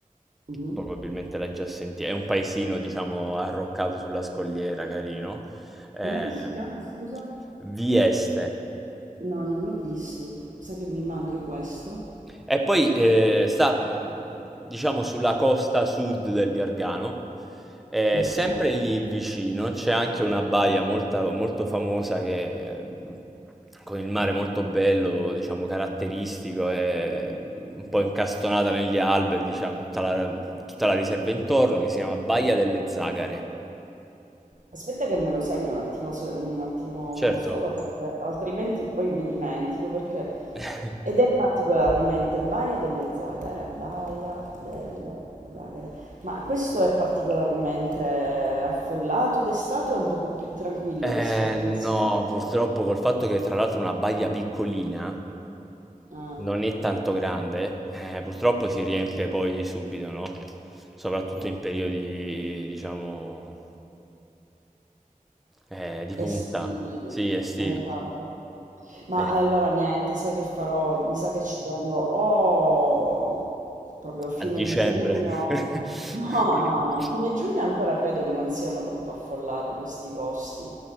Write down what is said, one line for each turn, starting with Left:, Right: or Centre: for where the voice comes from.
Right: Mhm.
Centre: probabilmente l'hai già sentita, è un paesino diciamo arroccato sulla scogliera, carino. ehm,
Right: Com'è che si chiama, scusa?
Centre: Vieste.
Right: No, non l'ho visto. Sa che mi manca questo?
Centre: E poi eh, sta, mh, diciamo, sulla costa sud del Gargano, Eh,
Right: Ok.
Centre: sempre lì vicino c'è anche una baia molta- molto famosa che, mh, con il mare molto bello, diciamo, caratteristico, e mh, un po' incastonata negli alberi, diciamo, tutta la, tutta la riserva intorno, che si chiama Baia delle Zagare.
Right: Aspetta che me lo segno un attimo, se- un attimo
Centre: Certo.
Right: solo perché altrimenti poi mi dimentico perché
Centre: <laughs>
Right: Ed è particolarmente Baia delle Zagare, Baia delle Zagare. Ma questo è particolarmente affollato d'estate o un poco più tranquillo
Centre: Eh
Right: rispetto
Centre: no,
Right: al Salento?
Centre: purtroppo col fatto che tra l'altro è una baia piccolina,
Right: Ah,
Centre: non è tanto grande, eh, purtroppo si riempie poi subito, no? Soprattutto
Right: ok.
Centre: in periodi, diciamo, eh, di
Right: Estivi,
Centre: punta, sì, estivi,
Right: esatto. Ma
Centre: Eh,
Right: allora niente, sai che farò? Mi sa che ci vengo o proprio fine
Centre: a dicembre.
Right: giugno.
Centre: <laughs>
Right: No, no, no, fine giugno ancora credo che non siano troppo affollati questi posti.